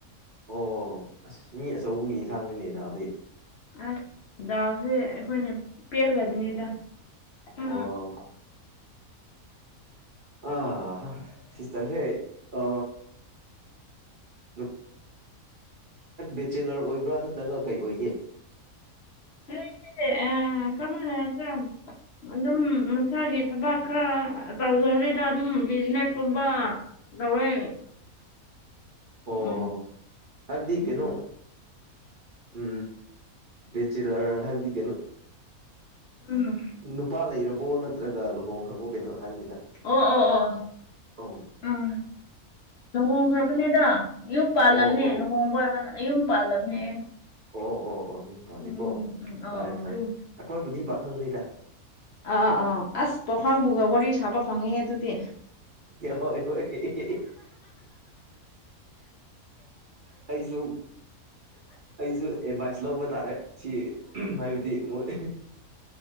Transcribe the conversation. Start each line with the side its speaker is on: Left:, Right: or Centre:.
Right: ꯑꯣ ꯑꯁ ꯃꯤ ꯑꯆꯧꯕꯒꯤ ꯏꯟꯁꯥꯡꯅꯤꯅꯦꯗꯥꯗꯤ
Left: ꯑꯁ ꯗꯥꯎꯁꯦ ꯑꯩꯈꯣꯏꯅ ꯄꯦꯜꯂꯕꯅꯤꯗ ꯎ
Right: ꯑꯣ ꯑꯥ ꯁꯤꯁꯇꯔꯁꯦ ꯑ ꯅꯨꯞ ꯕꯦꯆꯦꯂꯔ ꯑꯣꯏꯕ꯭ꯔꯥ ꯅꯠꯇ꯭ꯔꯒ ꯀꯩ ꯑꯣꯏꯒꯦ
Left: ꯅꯣꯏꯁꯦ ꯑ ꯀꯔꯃꯥꯏꯅ ꯍꯏꯁꯤꯔ ꯑꯗꯨꯝ ꯃꯁꯥꯒꯤ ꯊꯕꯛ ꯈꯔ ꯇꯧꯖꯔꯦ ꯑꯗꯨꯝ ꯕꯤꯖꯤꯅꯦꯁ ꯀꯨꯝꯕ ꯇꯧꯋꯦ
Right: ꯑꯥ
Left: ꯎꯝ
Right: ꯑ ꯍꯥꯏꯕꯗꯤ
Left: ꯎꯝ
Right: ꯀꯩꯅꯣ ꯎ ꯕꯦꯆꯤꯂꯔ ꯍꯥꯏꯕꯗꯤ ꯀꯩꯅꯣ
Left: ꯎꯝ
Right: ꯅꯨꯄꯥ ꯂꯩꯔꯕꯣ ꯅꯠꯇ꯭ꯔꯒ ꯂꯨꯍꯣꯡꯈ꯭ꯔꯕꯣ ꯀꯩꯅꯣ ꯍꯥꯏꯕꯅꯤꯗ
Left: ꯑꯣ ꯑꯣ ꯑꯣ
Right: ꯑꯣ
Left: ꯎꯝ ꯂꯨꯍꯣꯡꯈ꯭ꯔꯕꯅꯦꯗ ꯌꯨꯝ ꯄꯥꯜꯂꯕꯅꯦ
Right: ꯑꯣ ꯑꯣ
Left: ꯂꯨꯍꯣꯡꯕ ꯑꯣꯏꯔꯕ ꯌꯨꯝ ꯄꯥꯜꯂꯕꯅꯦ
Right: ꯑꯣ ꯑꯣ ꯑꯣ ꯌꯨꯝ ꯄꯥꯜꯜꯂꯤꯦ
Left: ꯎꯝ
Right: ꯀꯣ
Left: ꯎꯝ ꯑꯥ
Right: ꯐꯔꯦ
Left: ꯑꯥ
Right: ꯐꯔꯦ
Left: ꯑꯗꯨ
Right: ꯑꯩꯈꯣꯏꯕꯨꯗꯤ ꯄꯥꯈꯪꯅꯤꯩꯗ
Left: ꯑꯥ ꯑꯥ ꯑꯁ ꯄꯥꯎꯈꯥꯡꯕꯨꯒ ꯋꯥꯔꯤ ꯁꯥꯕ ꯐꯪꯉꯦ ꯑꯗꯨꯗꯤ
Right: ꯍꯣꯏ ꯍꯣꯏ ꯑꯩꯁꯨ ꯑꯩꯁꯨ ꯑꯦꯗꯚꯥꯏꯁ ꯂꯧꯕ ꯇꯥꯔꯦ ꯁꯤ ꯍꯥꯏꯕꯗꯤ ꯃꯣꯏ